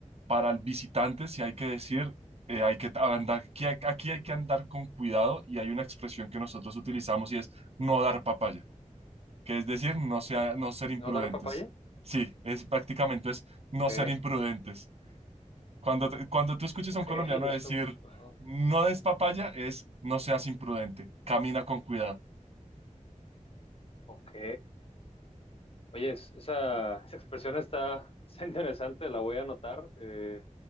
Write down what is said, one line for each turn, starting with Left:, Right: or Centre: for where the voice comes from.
Right: para el visitante, si hay que decir, eh, hay que ta- andar, aquí hay, aquí hay que andar con cuidado y hay una expresión que nosotros utilizamos y es no dar papaya, que es decir, no sea, no ser imprudentes.
Left: ¿no dar papaya?
Right: Sí, es prácticamente es no
Left: Ok,
Right: ser imprudentes. Cuando, te- cuando tú escuches
Left: ok,
Right: a un colombiano
Left: <laughs> es
Right: decir
Left: un, ajá,
Right: no des papaya, es no seas imprudente, camina con cuidado.
Left: ok. Oye, es- esa, esa expresión está, está interesante, la voy a anotar, eh,